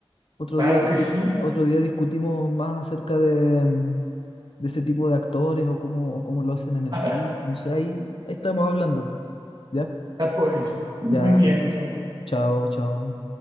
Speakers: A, on the left (about 70°); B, on the right (about 50°).
A: Otro
B: Claro
A: día, discu-
B: que sí.
A: otro día discutimos más acerca de, mm, de ese tipo de actores o cómo, o cómo lo hacen en el
B: Ah,
A: cine. No sé, ahí, ahí estamos hablando. ¿Ya?
B: pues muy
A: Ya,
B: bien, Paul.
A: chao, chao.